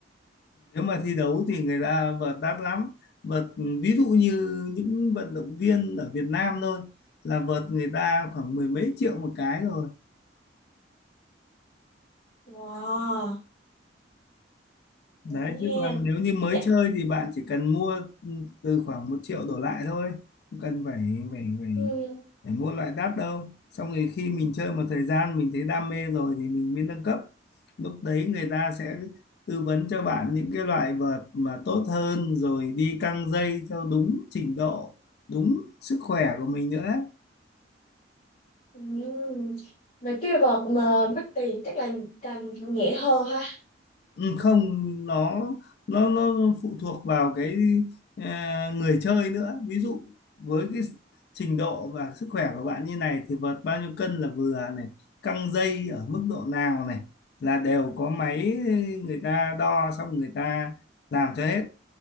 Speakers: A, on the left; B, on the left.
A: nếu mà thi đấu thì người ta vợt đắt lắm vợt ví dụ như những vận động viên ở Việt Nam thôi là vợt người ta khoảng mười mấy triệu một cái rồi
B: Wow,
A: đấy
B: ngẫu nhiên.
A: chứ còn nếu như mới
B: Chắc
A: chơi thì bạn chỉ cần mua ừ, từ khoảng một triệu đổ lại thôi không cần phải phải phải
B: ừm,
A: phải mua loại đắt đâu xong rồi khi mình chơi một thời gian mình thấy đam mê rồi thì mình mới nâng cấp lúc đấy người ta sẽ tư vấn cho bạn những cái loại vợt mà tốt hơn rồi đi căng dây theo đúng trình độ đúng sức khỏe của mình nữa
B: ừm, mấy cái vật mà mất tiền chắc là càng nhẹ hơn ha.
A: Ừ, không nó nó nó phụ thuộc vào cái à, người chơi nữa ví dụ với cái trình độ và sức khỏe của bạn như này thì vợt bao nhiêu cân là vừa này căng dây ở mức độ nào này là đều có máy người ta đo xong người ta làm cho hết